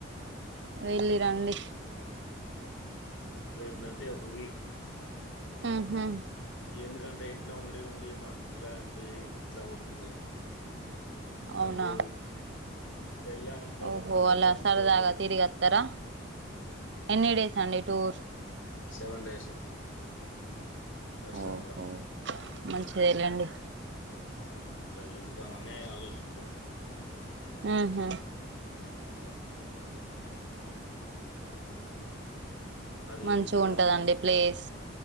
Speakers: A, on the right; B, on the left.
A: వెళ్ళిరండి
B: ఏంటంటే ఒక వీక్
A: ఉహు
B: ఎందుకంటే ఇంట్లో ఉండి ఉండి మాకు రిలా బే ఇట్లా కొడుతుంది అంతా
A: అవునా
B: బోరు కొడుతుంది అట్లా ఎల్లమంటే
A: ఓహో
B: ఒక టూర్
A: అలా
B: ఎలా ఉంట
A: సరదాగా
B: ఎ
A: తిరిగొత్తరా ఎన్ని డేస్ అండి టూర్
B: సెవెన్ డేస్ దర్శనం
A: ఓహో
B: అలా.
A: మంచిదే లేండి
B: అలా వెళ్తామనే ఆలోచిస్తున్నా
A: ఆహా
B: అట్లా. మరి
A: మంచి
B: మీరు
A: ఉంటదండి ప్లేస్